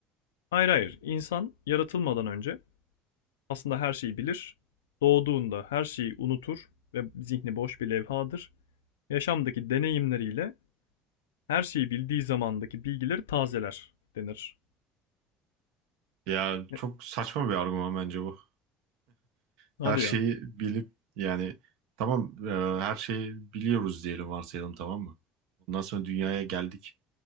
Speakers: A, on the left (about 75°); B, on the right (about 60°).
A: Hayır hayır, insan yaratılmadan önce aslında her şeyi bilir. Doğduğunda her şeyi unutur ve zihni boş bir levhadır. Yaşamdaki deneyimleriyle her şeyi bildiği zamandaki bilgileri tazeler denir.
B: Ya
A: E,
B: çok saçma bir argüman bence bu.
A: Hadi
B: Her şeyi
A: ya.
B: bilip yani tamam e, her şeyi biliyoruz diyelim varsayalım tamam mı? Ondan sonra dünyaya geldik.